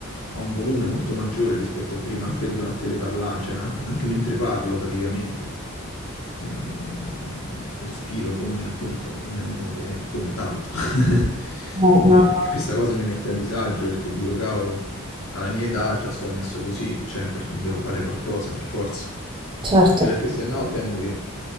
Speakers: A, on the left; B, on the right.
A: ha un volume molto maggiore rispetto a prima, anche durante le parlare, cioè an- anche mentre parlo praticamente. Eh, respiro come appunto come uno che fuma tanto. <laughs>
B: no, no,
A: Eh,
B: no,
A: e questa cosa mi mette a disagio perché dico, cavolo, alla mia età già sto messo così, cioè col- devo fare qualcosa per forza.
B: certo.
A: Anche perché se no temo che,